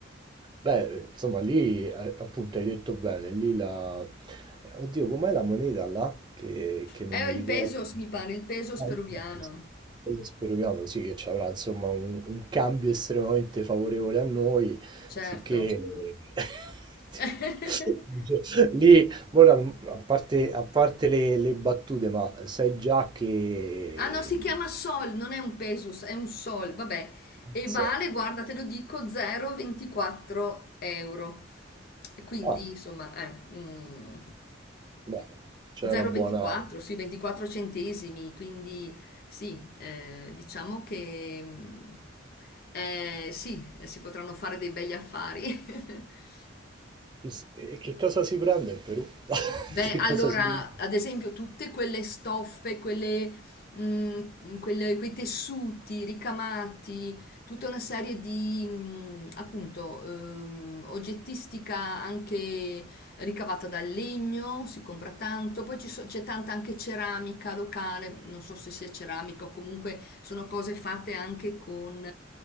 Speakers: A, on the right; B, on the left.
A: Beh, eh, insomma, lì eh, appunto hai detto bene, lì la... Oddio, com'è la moneta là? Che, che non
B: È il
A: mi ricordo.
B: pesos, mi pare, il pesos
A: Ah,
B: peruviano,
A: il peso il peso peruviano, sì, che ci avrà insomma un, un cambio estremamente favorevole a noi,
B: certo.
A: sicché <laughs>
B: <laughs>
A: lì, ora, a parte, a parte le, le battute, ma sai già che...
B: Ah no, si
A: non
B: chiama Sol, non è un Pesus, è un Sol, vabbè. E
A: so.
B: vale, guarda, te lo dico, 0,24 euro. E Quindi,
A: Ah,
B: insomma, eh, mm,
A: beh, c'è
B: 0,24,
A: una buona...
B: sì, 24 centesimi. Quindi, sì, eh, diciamo che mm, eh, sì, eh, si potranno fare dei begli affari. <laughs>
A: Chiss e che cosa si prende in Perù? <laughs>
B: Beh,
A: Che
B: allora,
A: cosa si prende?
B: ad esempio, tutte quelle stoffe, quelle, mm, quelle- quei tessuti ricamati, tutta una serie di, mm, appunto, ehm, oggettistica anche ricavata dal legno, si compra tanto, poi ci so- c'è tanta anche ceramica locale, non so se sia ceramica o comunque sono cose fatte anche con,